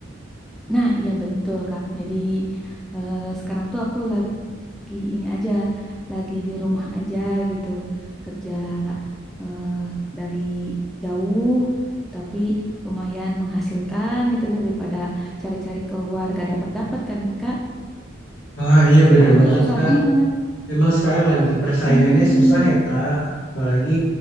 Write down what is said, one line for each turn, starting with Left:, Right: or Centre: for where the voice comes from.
Centre: Nah, iya betul Kak. Jadi eh, sekarang tuh aku lagi lagi ini aja, lagi di rumah aja gitu, kerja eh, dari jauh, tapi lumayan menghasilkan gitu daripada cari-cari keluar gak dapat-dapat kan Kak.
Left: Wah iya
Centre: Sekarang
Left: bener banget
Centre: tuh susah
Left: Kak.
Centre: banget.
Left: Memang sekarang lagi persaingannya
Centre: Mm-mm.
Left: susah ya Kak, apalagi